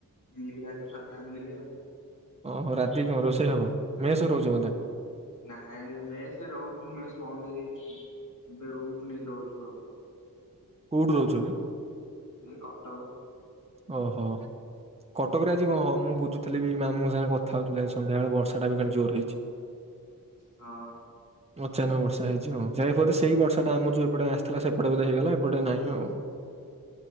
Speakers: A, on the left; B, on the right.
A: ମିଲ୍ ଖାଇଥିଲୁ ସାଧା ମିଲ୍ ଆଉ।
B: ଓହୋ ରାତି କଣ ରୋଷେଇ ହବ। ମେସ୍ ରେ ରହୁଚ ବୋଧେ?
A: ନାଇଁ ମେସ୍ ରେ ରହୁଥିଲୁ ମେସ୍ ବନ୍ଦ ହେଇଯାଇଛି। ଏବେ ରୁମ ନେଇକି ରହୁଛୁ ଆଉ।
B: କୋଉଠି ରହୁଛ ଏବେ?
A: ଏଇ କଟକ।
B: ଓହୋ। କଟକରେ ଆଜି କଣ ମୁଁ ବୁଝୁଥିଲି ବି ମାମୁଙ୍କ ସାଙ୍ଗେ କଥା ହଉଥିଲି ସନ୍ଧ୍ୟାବେଳେ ବର୍ଷା ଟା ବି କାଲି ଜୋର ରେ ହେଇଚି।
A: ହ।
B: ଅଚାନକ ବର୍ଷା ହେଇଛି ହଁ ଯାଇପରି ସେଇ ବର୍ଷା ଟା ଆମର ଯୋଉ ଏପଟେ ଆସିଥିଲା ସେପଟେ ବୋଧେ ହେଇଗଲା ଏପଟେ ନହିଁ ଆଉ।